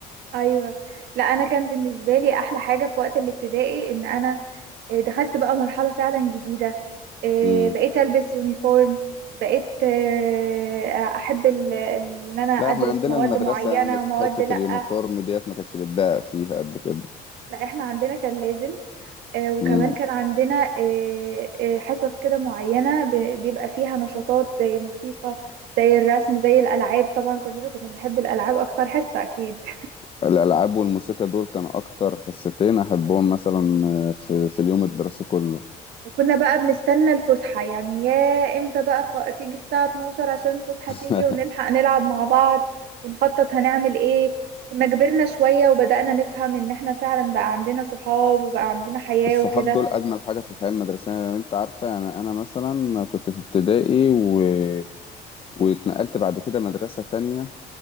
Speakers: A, on the right; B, on the left.
A: ايوه لا انا كان بالنسبه لي احلى حاجه في وقت الابتدائي ان انا آه، دخلت بقى مرحله فعلا جديده آه،
B: امم
A: بقيت البس يونيفورم بقيت آه، احب ال- ان انا ادرس
B: لا احنا عندنا
A: مواد
B: المدرسه
A: معينه
B: يعني في
A: ومواد
B: حته
A: لا
B: اليونيفورم ديت ما كانتش بتضايق فيها قد كده
A: لا احنا عندنا كان لازم آه، وكمان
B: امم
A: كان عندنا آه، آه، حصص كده معينه ب- بيبقى فيها نشاطات زي موسيقى زي الرسم زي الالعاب طبعا كلنا كنا بنحب الالعاب اكتر حصه اكيد
B: الالعاب والموسيقى دول كان اكتر حصتين احبهم مثلا في في اليوم الدراسي كله
A: وكنا بقى بنستنى الفسحة يعني يا امتى بقى خ... تيجي الساعة 12 عشان الفسحة تيجي
B: <laughs>
A: ونلحق نلعب مع بعض ونخطط هنعمل ايه كنا كبرنا شوية وبدأنا نفهم ان احنا فعلا بقى عندنا صحاب وبقى عندنا حياة
B: الصحاب
A: وكده
B: دول اجمل حاجه في الحياه المدرسيه يعني انت عارفه انا انا مثلا كنت في ابتدائي و... واتنقلت بعد كده مدرسه تانية